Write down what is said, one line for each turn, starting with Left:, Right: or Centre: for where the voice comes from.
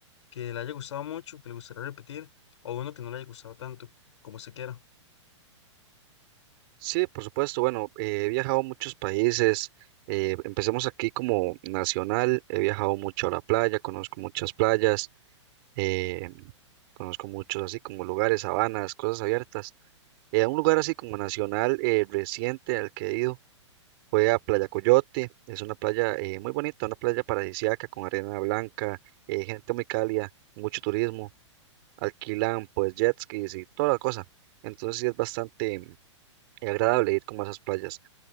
Left: que le haya gustado mucho, que le gustaría repetir, o uno que no le haya gustado tanto, como se quiera.
Right: Sí, por supuesto. Bueno, eh, he viajado a muchos países. eh, empecemos aquí como nacional. He viajado mucho a la playa, conozco muchas playas, eh, conozco muchos así como lugares, sabanas, cosas abiertas. Eh, un lugar así como nacional eh, reciente al que he ido fue a Playa Coyote. Es una playa eh, muy bonita, una playa paradisíaca con arena blanca, eh, gente muy cálida, mucho turismo. Alquilan pues jet skis y toda la cosa. Entonces sí es bastante mm, agradable ir como a esas playas.